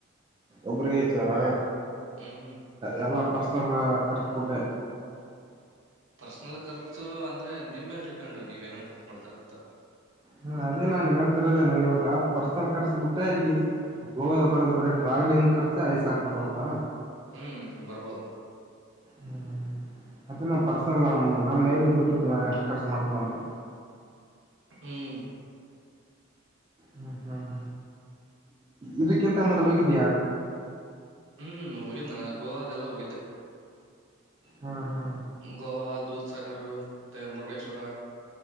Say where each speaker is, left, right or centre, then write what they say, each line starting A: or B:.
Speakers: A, on the right (about 20°); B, on the right (about 65°).
A: ಒಬ್ಬರಿಗೆ ಐದು ಸಾವಿರನ
B: ಹ್ಮ್
A: ಎಲ್ಲಾ ಪರ್ಸನಲ್ ಖರ್ಚುಬುಟ್ಟೆ.
B: ಪರ್ಸನಲ್ ಖರ್ಚು ಅಂದ್ರೆ ನಿಮ್ಮ ಮೇಲ್ ಡಿಪೆಂಡು ನೀವೆನ್ ಖರ್ಚು ಮಾಡ್ತೀರ ಅಂತ.
A: ಹ ಅದೇ ನಾನ್ ಹೇಳ್ತಿರೋದೇನು ಇವಾಗ ಪರ್ಸನಲ್ ಖರ್ಚುಬುಟ್ಟೆ ಅಡಿ ಹೋಗೋದು ಬರೋದು ಬರೀ ಟ್ರಾವಲಿಂಗ್ ಖರ್ಚೆ ಐದು ಸಾವಿರ ರೂಪಾಯಿ ಬರುತ್ತಾ.
B: ಹ್ಮ್ ಬರಬೋದು
A: ಹ್ಮ್ ಮತ್ತೆ ನಾ ಪರ್ಸನಲ್ ನ್ ನನ್ನ ಹೇಗ ಬಿಟ್ಟಿದ್ದೆ ನಾ ಎಷ್ಟು ಖರ್ಚು ಮಾಡ್ತೀವಿ ಅಂತ.
B: ಹ್ಮ್
A: ಹ್ಮ್ ಹ್ಮ್ ಇದಕ್ಕಿಂತ ಮೊದಲ್ ಹೋಗಿದ್ದ್
B: ಹ್ಮ್ ಹೋಗಿದ್ದನಣ್ಣ ಗೋವಗೆಲ್ಲಾ ಹೋಗಿದ್ದೆ.
A: ಹಾ ಹಾ
B: ಗೋವಾ ದೂದ್ ಸಾಗರ್ ಮತ್ತೆ ಮುರುಡೇಶ್ವರ